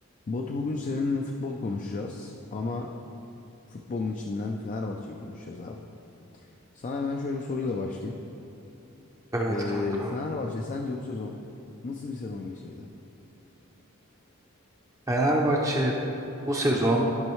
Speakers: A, on the left; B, on the right.
A: Batu bugün seninle futbol konuşacağız ama futbolun içinden Fenerbahçe'yi konuşacağız abi. Sana hemen şöyle bir soruyla başlayayım.
B: Evet
A: Ee,
B: kanka.
A: Fenerbahçe sence bu sezon nasıl bir sezon geçirdi?
B: Fenerbahçe bu sezon